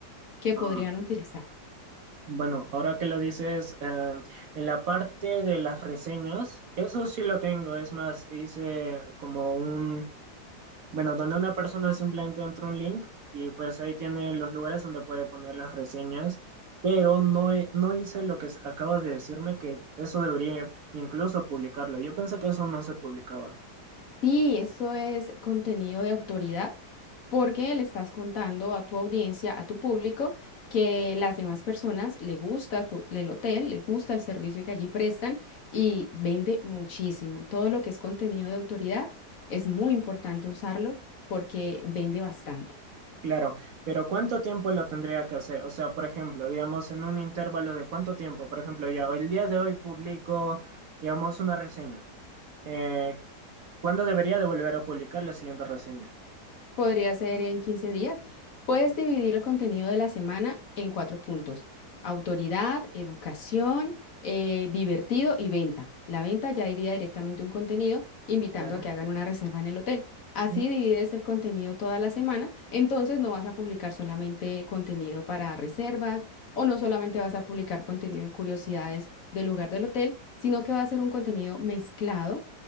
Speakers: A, on the left; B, on the right.
A: que
B: Ah.
A: podrían utilizar.
B: Bueno, ahora que lo dices, eh, en la parte de las reseñas, eso sí lo tengo. Es más, hice como un, bueno, donde una persona simplemente entra un link y pues ahí tiene los lugares donde puede poner las reseñas, pero no, he- no hice lo que s- acabas de decirme, que eso debería incluso publicarlo. Yo pensé que eso no se publicaba.
A: Sí, esto es contenido de autoridad porque le estás contando a tu audiencia, a tu público, que las demás personas le gusta tu- el hotel, le gusta el servicio que allí prestan y vende muchísimo. Todo lo que es contenido de autoridad es muy importante usarlo porque vende bastante.
B: Claro, pero ¿cuánto tiempo lo tendría que hacer? O sea, por ejemplo, digamos, en un intervalo de cuánto tiempo. Por ejemplo, ya el día de hoy publico, digamos, una reseña. Eh, ¿cuándo debería de volver a publicar la siguiente reseña?
A: Podría ser en 15 días. Puedes dividir el contenido de la semana en cuatro puntos. Autoridad, educación, eh, divertido y venta. La venta ya iría directamente un contenido invitando
B: Claro,
A: a que hagan una reserva en el hotel. Así
B: ¿Mm?
A: divides el contenido toda la semana. Entonces no vas a publicar solamente contenido para reservas o no solamente vas a publicar contenido de curiosidades del lugar del hotel, sino que va a ser un contenido mezclado